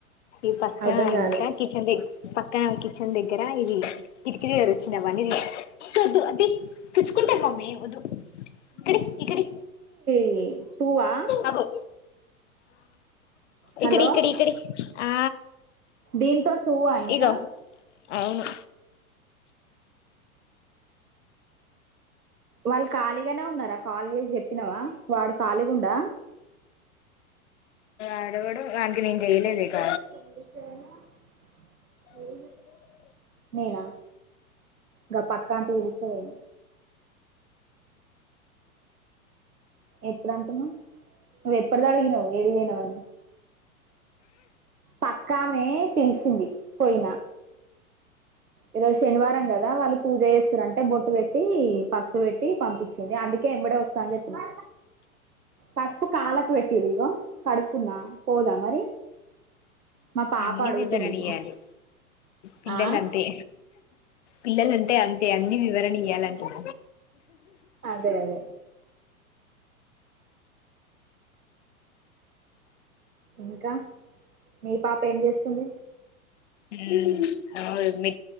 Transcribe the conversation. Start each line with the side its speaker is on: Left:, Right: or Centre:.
Left: ఇ పక్క
Right: అర్థం
Left: అంత
Right: కాలే
Left: కిచెన్ లే పక్క కి కచెన్ దగ్గర ఇవి కిటికిదీ దగ్గర వచ్చినది వొద్దు వొద్దు అది తి కుచ్చుకుంటది మమ్మీ వొద్దు ఇక్కడి ఇక్కడి
Right: ఏ టువా
Left: అగో
Right: హలో
Left: ఇక్కడి ఇక్కడి ఇక్కడి ఆ
Right: దీంతో టూవా ఇంకా
Left: ఇగో అవును
Right: వాళ్ళు కలిగానే ఉన్నారా కాల్ చేసి చెప్పినవా వాడు కలిగా ఉండా
Left: ఆడెవడు వానికి నేను చెయలేద్ ఇక
Right: ఎక్కడికైపోయినవ్ నేనా గ పక్క అంటి పిలిస్తే పోయిన ఎప్పుడు అంటున్నావ్ నువ్వు ఎప్పటిది అడిగినవ్ ఏడీకి పోయినవ్ అని పక్కామే పిలిసింది పోయినా ఈ రోజు శనివారం కదా వాళ్ళు పూజ చేస్తురు అంటే బొట్టు పెట్టి పసుపు పెట్టి పంపిచ్చింది అందుకే ఎంబడే వస్తా అని చెప్పిన పాస్పు కాలకు పెట్టిది ఇగో కడుకున్నా పోదా మరి మా పాప
Left: అన్నీ
Right: అడుగుతుంది
Left: వివరణఇయాలి పిల్లలంతే
Right: ఆ
Left: పిల్లంటే అంతే అన్ని వివరణ ఇయ్యాలంటున
Right: అదే అదే ఇంకా మీ పాప ఏం చేస్తుంది
Left: ఉమ్ అగొఎమ్మి